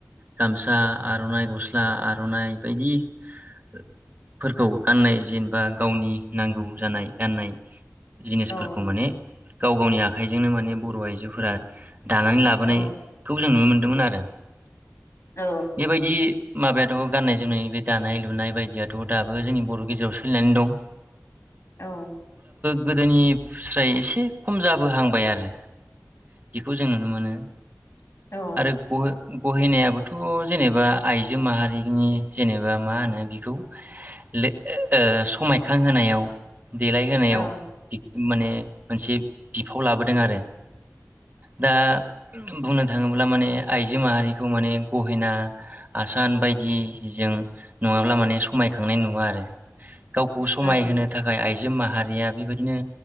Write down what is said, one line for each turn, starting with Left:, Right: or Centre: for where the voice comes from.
Right: गामसा आर'नाइ गस्ला आर'नाइ बायदिफोरखौ गाननाय जेनेबा गावनि नांगौ जानाय गाननाय जिनिसफोरखौ
Left: औ
Right: माने गाव गावनि आखाइजोंनो माने बर' आइजो फोरा दानानै लाबोनायखौ
Left: औ
Right: जों नुनो मोन्दोंमोन आरो
Left: औ
Right: बेबायदि माबाया थ' गाननाय जोमनाय बे दानाय लुनाय बायदियाथ' दाबो जोंनि बर' गेजेराव सोलिनानै दं।
Left: औ।
Right: गोदोनि फ्राय एसे खम जाबोहांबाय आरो बेखौ जों नुनो मोनो।
Left: औ
Right: आरो ग' गहेनायाबोथ' जेनेबा आइजो माहारिनि जेनेबा मा होनो बिखौ लो-समायखांहोनायाव देलायहोनायाव
Left: औ
Right: माने मोनसे बिफाव लाबोदों आरो दा बुंनो थाङोब्ला माने आइजो माहारिखौ माने गहेना आसान बायदि जों नङाब्ला माने समायखांनाय नुवा आरो गावखौ समाय
Left: औ
Right: होनो थाखाय आइ जो माहारिया बेबायदिनो